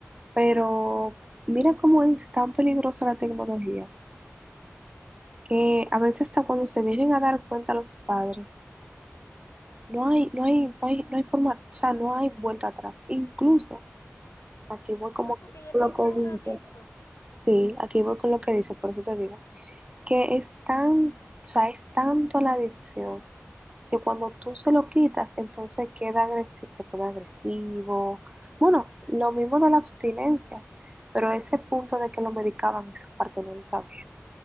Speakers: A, on the right (about 25°); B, on the left (about 80°).
A: Pero mira cómo es tan peligrosa la tecnología, que a veces hasta cuando se vienen a dar cuenta los padres, no hay, no hay, no hay, no hay forma, o sea, no hay vuelta atrás. Incluso Aquí voy como
B: ¿no? Porque ya el
A: con
B: niño
A: lo que
B: es un adicto.
A: dice. Sí, aquí voy con lo que dice, por eso te digo. Que es tan, o sea, es tanto la adicción que cuando tú se lo quitas, entonces queda agresivo, se pone agresivo. Bueno, lo mismo de la abstinencia, pero ese punto de que lo medicaban, esa parte no lo sabía.